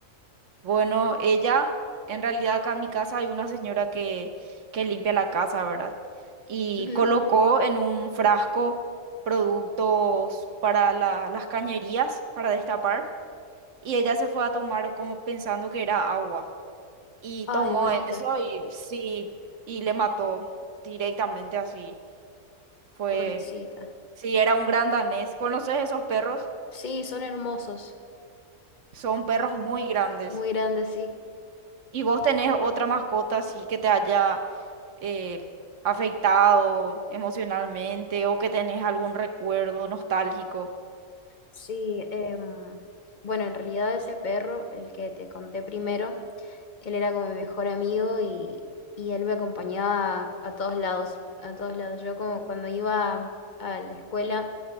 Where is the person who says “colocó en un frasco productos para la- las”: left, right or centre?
Right